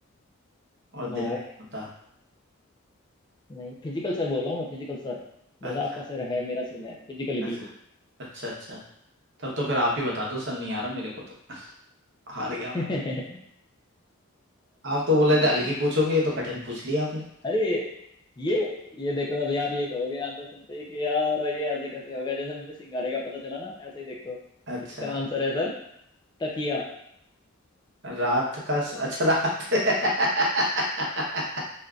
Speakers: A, on the right; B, on the left.
A: और दिन
B: नो
A: में नहीं होता
B: नहीं फिजिकल सर बोल रहा हूँ मैं फिजिकल सर जैसा
A: अच्छा
B: आपका सर है मेरा सिर है फिजिकली
A: अच्छा
B: बिल्कुल
A: अच्छा अच्छा तब तो फिर आप ही बता दो सर नहीं आ रहा मेरे को तो <laughs> हार गया मैं
B: <laughs>
A: आप तो बोले थे हल्की पूछोगे ये तो कठिन पूछ लिया आपने
B: अरे ये ये देखो अभी आप ये कहोगे आंसर सुनते ही कि यार ये ऐसे कैसे हो गया जैसे मुझे सिंगाड़े का पता चला ना ऐसे ही देखो
A: अच्छा
B: इसका आंसर है सर तकिया
A: रात का स... अच्छा रात <laughs>